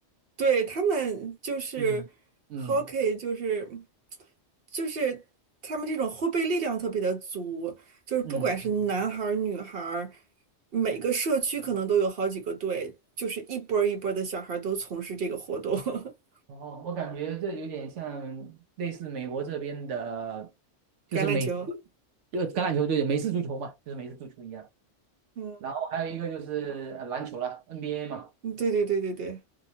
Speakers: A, on the right; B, on the right.
A: 对，他们就是
B: 嗯嗯
A: hockey，就是就是他们这种后备力量特别的足，就是不管是男孩儿女孩儿，
B: 嗯。
A: 每个社区可能都有好几个队，就是一波儿一波儿的小孩儿都从事这个活动，<laughs>
B: 哦，我感觉这有点像类似美国这边的，就是美式
A: 橄榄球。
B: 就橄榄球队的美式足球嘛，就是美式足球一样。
A: 嗯，
B: 然后还有一个就是呃篮球了，NBA 嘛，
A: 嗯对对对对对，